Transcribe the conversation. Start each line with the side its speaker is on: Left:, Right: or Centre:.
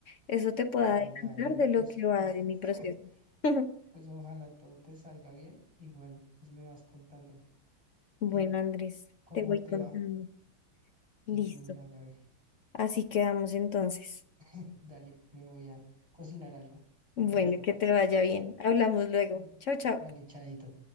Left: Eso te puedo
Right: Ay,
Left: adelantar
Right: Gaby,
Left: de lo
Right: pues,
Left: que va
Right: oj-
Left: de mi proceso.
Right: <laughs>
Left: <laughs>
Right: pues ojalá todo te salga bien. Igual, pues me vas contando
Left: Bueno,
Right: que
Left: Andrés,
Right: cómo
Left: te voy
Right: te
Left: contando.
Right: va
Left: Listo.
Right: de una, Gaby.
Left: Así quedamos entonces.
Right: <laughs> Dale, me voy a cocinar algo, porque
Left: Bueno,
Right: ya está
Left: que
Right: tarde.
Left: te vaya bien. Hablamos luego.
Right: Mm,
Left: Chao, chao.
Right: Vale, chaito.